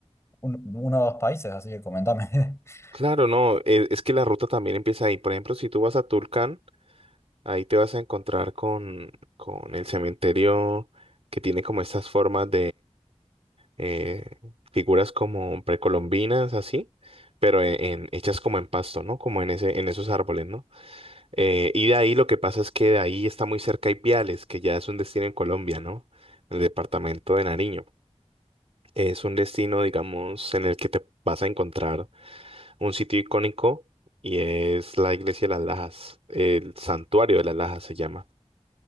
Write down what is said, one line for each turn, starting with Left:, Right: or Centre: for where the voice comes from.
Left: un- uno o dos países, así que comentame. <laughs>
Right: claro, no, e- es, que la ruta también empieza ahí. Por ejemplo, si tú vas a Tulcán, ahí te vas a encontrar con, con el cementerio que tiene como estas formas eh, figuras como precolombinas, así, pero en, en- hechas como en pasto, ¿no? Como en ese, en esos árboles, ¿no? Eh, y de ahí lo que pasa es que de ahí está muy cerca Ipiales, que ya es un destino en Colombia, ¿no? El departamento de Nariño. Es un destino, digamos, en el que te vas a encontrar un sitio icónico y es la iglesia de las Lajas, el santuario de las Lajas se llama.